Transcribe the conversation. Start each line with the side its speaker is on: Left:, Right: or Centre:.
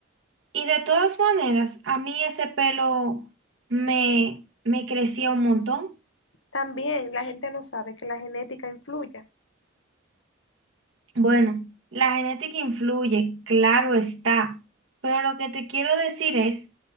Right: Y de todas maneras, a mí ese pelo me, me crecía un montón.
Left: También la gente no sabe que la genética influye.
Right: Bueno, la genética influye, claro está, pero lo que te quiero decir es